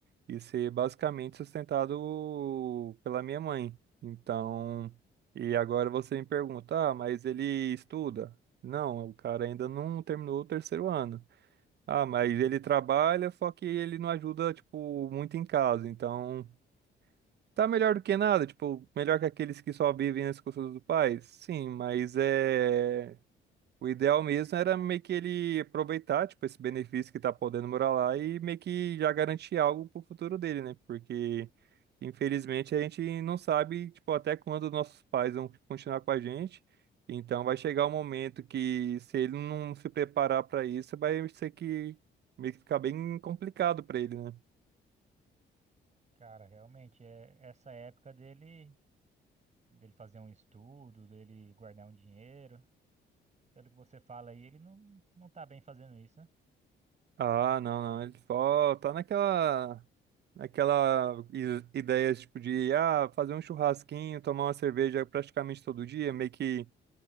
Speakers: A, on the right; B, on the right.
A: e ser basicamente sustentado pela minha mãe. Então, e agora você me pergunta, ah, mas ele estuda? Não, o cara ainda não terminou o terceiro ano. Ah, mas ele trabalha, só que ele não ajuda, tipo, muito em casa, então... Tá melhor do que nada, tipo, melhor que aqueles que só vivem nas costas do pai? Sim, mas é. O ideal mesmo era meio que ele aproveitar, tipo, esse benefício que tá podendo morar lá e meio que já garantir algo pro futuro dele, né? Porque, infelizmente, a gente não sabe, tipo, até quando nossos pais vão continuar com a gente. Então, vai chegar um momento que, se ele não se preparar para isso, vai ser que meio que ficar bem complicado para ele, né?
B: Cara, realmente, é essa época dele, dele fazer um estudo, dele guardar um dinheiro. Pelo que você fala aí, ele não, não tá bem fazendo isso, né?
A: Ah, não, não. Ele só tá naquela, naquela i- ideia tipo de ah, fazer um churrasquinho, tomar uma cerveja praticamente todo dia, meio que